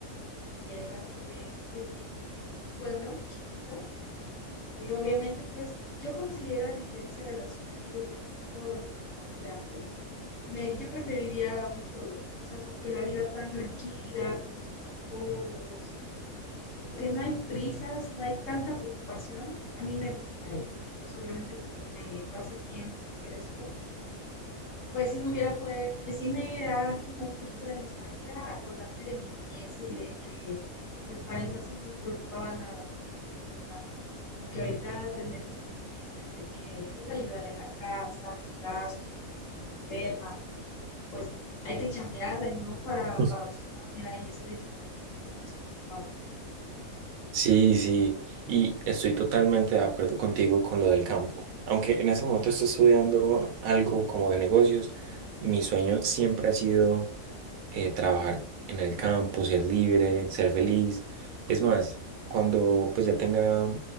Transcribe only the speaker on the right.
Pues,
Sí, sí, y estoy totalmente de acuerdo contigo con lo del campo. Aunque en ese momento estoy estudiando algo como de negocios, mi sueño siempre ha sido eh, trabajar en el campo, ser libre, ser feliz. Es más, cuando pues ya tenga,